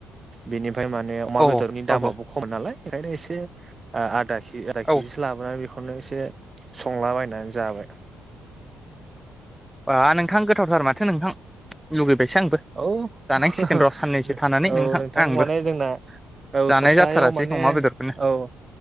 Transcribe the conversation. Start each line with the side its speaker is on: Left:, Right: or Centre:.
Right: बेनि फाय माने अमा
Centre: औ
Right: बेदरनि
Centre: औ
Right: दामाबो
Centre: औ
Right: खम नालाय ओंखायनो एसे ओ‌ आदा कि आदा
Centre: औ
Right: किजिसो लाबोनानै बे खौनो एसे संलाबायनानै जाबाय।
Centre: आ नोंथां गोथावथार माथो नोंथां। लुगैबायसो आंबो
Right: औ
Centre: जानांसिगोन
Right: <unintelligible>
Centre: र' साननैसो थानानै
Right: औ नोंथां
Centre: आंबो
Right: माने जोंना औ
Centre: जानाय
Right: सप्तायाव
Centre: जाथारासै
Right: माने
Centre: अमा बेदरखौनो
Right: औ